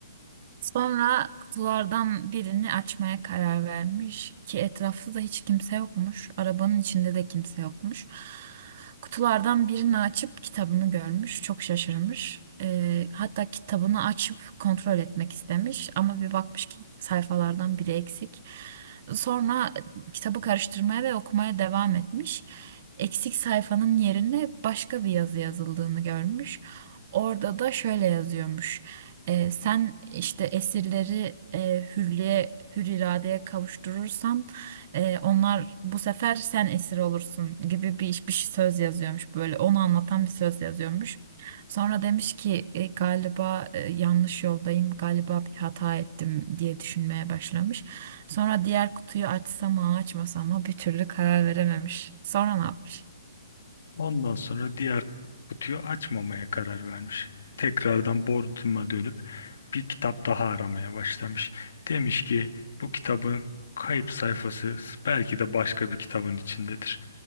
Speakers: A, on the right; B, on the left.
A: Sonra kutulardan birini açmaya karar vermiş ki etrafta da hiç kimse yokmuş. Arabanın içinde de kimse yokmuş. Kutulardan birini açıp kitabını görmüş. Çok şaşırmış. Ee, hatta kitabını açıp kontrol etmek istemiş ama bir bakmış ki sayfalardan biri eksik. Sonra kitabı karıştırmaya ve okumaya devam etmiş. Eksik sayfanın yerine başka bir yazı yazıldığını görmüş. Orada da şöyle yazıyormuş. Ee, sen işte esirleri e, hürriye, hür iradeye kavuşturursan e, onlar bu sefer sen esir olursun gibi bir, bir söz yazıyormuş böyle onu anlatan bir söz yazıyormuş. Sonra demiş ki "E, galiba e, yanlış yoldayım galiba bir hata ettim diye düşünmeye başlamış. Sonra diğer kutuyu açsa mı açmasa mı bir türlü karar verememiş. Sonra ne yapmış?
B: Ondan sonra diğer kutuyu açmamaya karar vermiş. Tekrardan Bodrum'a dönüp bir kitap daha aramaya başlamış. Demiş ki bu kitabın kayıp sayfası belki de başka bir kitabın içindedir.